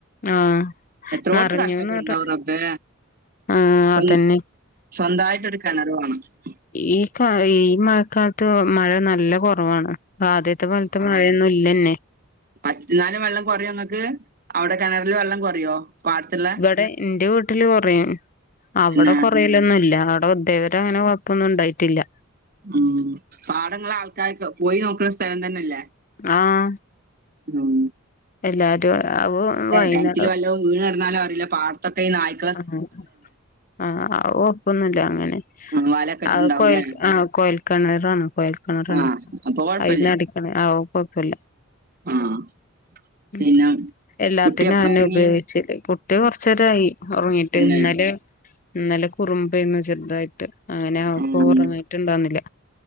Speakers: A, on the left; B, on the right.
A: ആഹ്
B: എത്രോടത്ത്
A: നറഞ്ഞൂന്ന്
B: കഷ്ടപ്പെടുണ്ടാവും
A: പറ
B: റബ്ബേ
A: ആഹ്
B: സ്വ
A: അതന്നെ
B: സ്വന്തായിട്ടൊരു കെണർ <unintelligible>
A: ഈഹ് കാ ഈഹ് മഴക്കാലത്ത് മഴ നല്ല കൊറവാണ്. ആദ്യത്തെ പോലത്തെ മഴയൊന്നും ഇല്ലെന്നെ
B: ഫസ്റ്റിലാനും വെള്ളം കൊറയോ ങ്ങക്ക് അവിടെ കെണറില് വെള്ളം കൊറയോ പാടത്തുള്ളെ
A: ടെ ഇന്റെ വീ ട്ടില് കൊറയും അവിടെ
B: പിന്നെ
A: കൊറയലൊന്നുല്ല അവിടെ ഇതേവരെ അങ്ങനെ കൊഴപ്പൊന്നുണ്ടായിട്ടില്ല.
B: ഉം പാടങ്ങളെ ആൾക്കാർക്ക് പോയി നോക്ക്ണ സ്ഥലം തന്നെല്ലേ
A: ആഹ്
B: ഊം
A: എല്ലാരും ഓഹ് വൈന്നടം
B: കിണറ്റില് വല്ലവും വീണ് കെടന്നാലും അറിയില്ല പാടത്തൊക്കെ ഈ നായി
A: ആഹ് ആഹ് അത് കൊഴൊപ്പൊന്നുല്ല അങ്ങനെ
B: ആ വലൊക്കെ ഇട്ടുണ്ടാവൂലേ
A: ആഹ് കൊയൽ ആഹ് കൊയൽക്കെണറാണ് കൊയൽക്കെണറാണ്
B: ആഹ് അപ്പൊ കൊഴപ്പില്ല
A: അയിന്നടിക്കണ് ആഹ് ഓഹ് കൊഴപ്പല്ല
B: ആഹ്
A: ഉം
B: പിന്നെ
A: എല്ലാത്തിനും
B: കുട്ടി എപ്പളാ
A: അയെന്നെ
B: ഉറങ്ങി
A: ഉപയോഗിച്ചല് പൊ ട്ട് കൊറച്ചേരായി ഒറങ്ങിട്ട്
B: തന്നെ
A: ഇന്നലെ ഇന്നലെ കുറുമ്പേന്ന് ചെറുതായിട്ട് അങ്ങനെ അവക്ക്
B: ആഹ്
A: ഉറങ്ങിട്ടുണ്ടാന്നില്ല